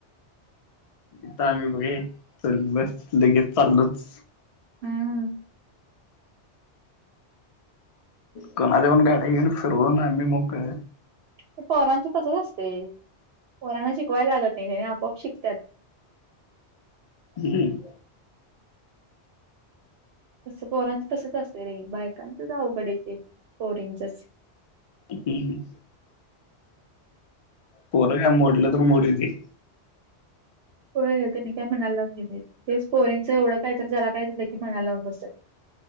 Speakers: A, on the left (about 50°); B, on the right (about 65°).
A: इथ आम्ही बघ हे चल बस लगेच चालोच
B: हम्म
A: कुणा च्या पण गाड्या घेऊन फिरवून आम्ही मोकळ
B: ते पोरांचं तसंच असतय पोरांना शिकवायला लागत नाही त्यांनी आपोआप शिकत्यात <unintelligible>
A: हम
B: तस पोरांच तसच असतय रे बायकांच च अवघड आहे ते पोरीचं च
A: हम् पोर काय मोडल तर मोडू दे कि
B: होय तेनी काय मनाला लावून घेत नाहीत तेच पोरीचं एवढं काय तर जरा काय झालं की मनाला लावून बसत्यात